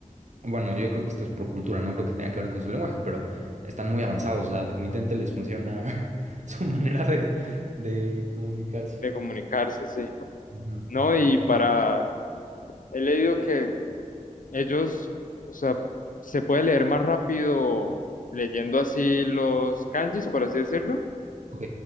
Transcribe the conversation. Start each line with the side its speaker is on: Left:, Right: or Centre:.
Right: Bueno, yo creo que esto es por cultura, no creo que tenga que ver con su lenguaje, pero están muy avanzados, o sea, definitivamente les funciona <laughs> su manera de, de comunicarse.
Left: comunicarse, sí.
Right: Ujú.
Left: No, y para, he leído que ellos, o sea, se puede leer más rápido leyendo así los kanjis, por así decirlo,
Right: Ok,